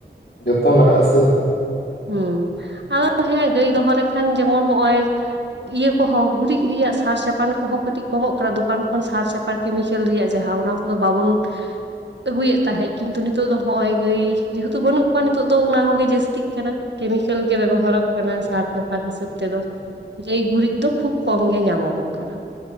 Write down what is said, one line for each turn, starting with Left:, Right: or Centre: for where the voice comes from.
Left: ᱡᱚᱛᱚ ᱞᱟᱜᱟᱜᱼᱟ ᱥᱮ
Right: ᱦᱩᱸ ᱟᱫᱚ ᱦᱮᱸ ᱜᱟᱹᱭ ᱫᱚᱦᱚ ᱞᱮᱠᱷᱟᱱ ᱡᱮᱢᱚᱱ ᱱᱚᱜᱼᱚᱭᱼᱼ ᱤᱭᱟᱹ ᱠᱚᱦᱚᱸ ᱜᱩᱨᱤᱡ ᱨᱮᱭᱟᱜ ᱥᱟᱨ ᱪᱟᱯᱟᱱ ᱠᱚᱦᱚᱸ ᱠᱟᱹᱴᱤᱡ ᱠᱚᱢᱚᱜ ᱠᱟᱱᱟ ᱫᱚᱠᱟᱱ ᱠᱷᱚᱱ ᱥᱟᱨ ᱪᱟᱯ ᱥᱟᱨ ᱠᱮᱢᱤᱠᱮᱞ ᱨᱮᱭᱟᱜ ᱡᱟᱦᱟᱸ ᱚᱱᱟ ᱠᱚᱫᱚ ᱵᱟᱵᱚᱱᱼᱼ
Left: <unintelligible>
Right: ᱟᱹᱜᱩᱭᱮᱫ ᱛᱟᱦᱮᱸᱜ ᱠᱤᱱᱛᱩ ᱱᱤᱛᱚᱜ ᱫᱚ ᱦᱚᱜᱼᱚᱭ ᱜᱟᱹᱭ ᱡᱮᱦᱮᱛᱩ ᱵᱟᱹᱱᱩᱜ ᱠᱚᱣᱟ ᱱᱤᱛᱚᱜ ᱫᱚ ᱚᱱᱟ ᱠᱚᱜᱮ ᱡᱟᱹᱥᱛᱤᱜ ᱠᱟᱱᱟ ᱠᱮᱢᱤᱠᱮᱞ ᱜᱮ ᱵᱮᱵᱚᱦᱟᱨᱚᱜ ᱠᱟᱱᱟ ᱥᱟᱫ ᱪᱟᱯᱟᱱ ᱦᱤᱥᱟᱹᱵ ᱛᱮᱫᱚ᱾ ᱜᱟᱹᱭ ᱜᱩᱨᱤᱡ ᱫᱚ ᱠᱷᱩᱵ ᱠᱚᱢ ᱜᱮ ᱧᱟᱢᱚᱜᱚᱜ ᱠᱟᱱᱟ᱾